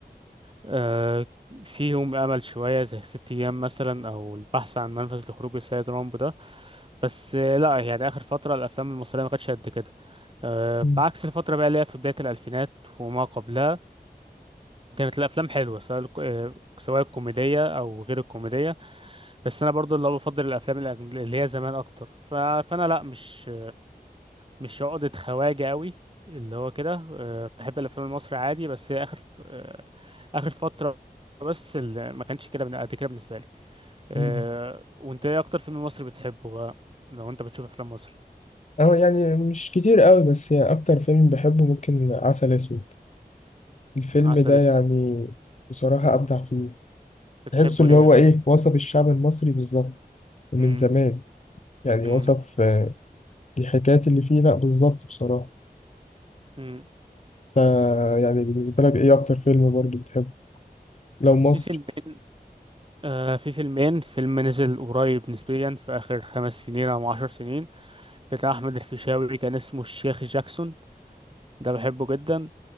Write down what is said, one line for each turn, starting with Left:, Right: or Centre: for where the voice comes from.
Right: آه، فيهم أمل شوية زي ست أيام مثلا أو البحث عن منفذ لخروج السيد رامبو ده بس آه، لا يعني آخر فترة الأفلام المصرية ما كانتش قد كده آه،
Left: مم.
Right: بعكس الفترة بقى اللي هي في بداية الألفينات وما قبلها كانت الأفلام حلوة سواء الك- آه، سواء الكوميدية أو غير الكوميدية بس أنا برضو اللي هو بفضل الأفلام الأجن- اللي هي زمان أكتر ف- فأنا لا مش مش عقدة خواجة قوي اللي هو كده آه، بحب الافلام المصري عادي بس هي اخر ف- آه، اخر فترة بس اللي ما كانش كده بن- قد كده بالنسبة لي آه،
Left: مم.
Right: وانت ايه اكتر فيلم مصري بتحبه بقى لو انت بتشوف افلام مصري
Left: اه يعني مش كتير قوي بس يعني أكتر فيلم بحبه ممكن عسل أسود الفيلم
Right: عسل
Left: ده
Right: اسود
Left: يعني بصراحة
Right: آه،
Left: أبدع فيه
Right: بتحبه
Left: تحسه اللي
Right: ليه
Left: هو ايه وصف الشعب المصري بالظبط ومن
Right: مم،
Left: زمان يعني
Right: مم،
Left: وصف الحكايات اللي فيه لا بالظبط بصراحة
Right: مم.
Left: آه، يعني بالنسبة لك ايه اكتر فيلم برضو بتحبه لو مصري
Right: في فيلمين آه في فيلمين فيلم نزل قريب نسبيا في آخر خمس سنين أو عشر سنين بتاع أحمد الفيشاوي كان اسمه الشيخ جاكسون ده بحبه جدا